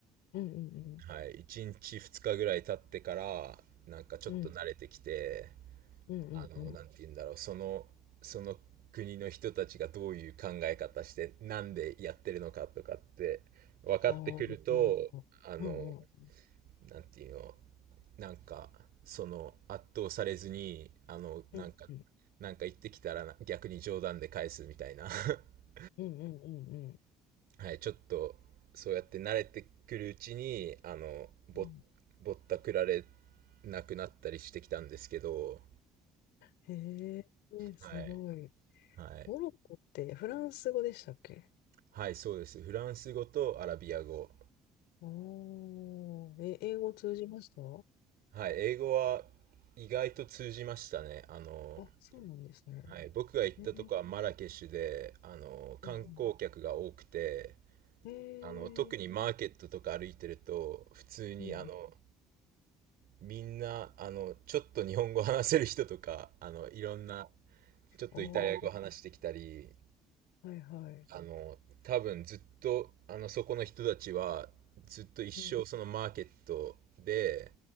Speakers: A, on the left (about 85°); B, on the right (about 65°).
A: うんうん
B: はい、1日2日ぐらい経ってから、なんかちょっと慣れてきて、
A: うん。うんうんうんうん。
B: あの、なんて言うんだろう、その、その国の人たちがどういう考え方して、なんでやってるのかとかって分かってくると、
A: ああ。
B: あの、
A: うんうん
B: なんていうの、なんか、その圧倒されずに、あの、
A: うん。
B: なんか、
A: うん
B: なんか言ってきたらな逆に冗談で返すみたいな <laughs>
A: うんうんうんうん
B: はい、ちょっと、そうやって慣れてくるうちに、あの、ぼ、
A: うん。
B: ぼったくられなくなったりしてきたんですけど、
A: へえ、すごい。
B: はい。はい。
A: モロッコってフランス語でしたっけ
B: はい、そうです。フランス語とアラビア語。
A: おー、え、英語通じました
B: はい、英語は意外と通じましたね。あの、
A: あ、そうなんですね。
B: はい。僕が行ったとこはマラケシュで、
A: えー、
B: あの、観光客が多くて、
A: うんうん。
B: あの、特にマーケットとか歩いてると、
A: えー、
B: 普通にあの、
A: うん。
B: みんな、あの、ちょっと日本語話せる人とか、あの、いろんな、ちょっとイタリア語話してきたり、
A: ああはいはい。
B: あの、多分ずっと、あの、そこの人たちは、ずっと一生そのマーケットで、
A: うん、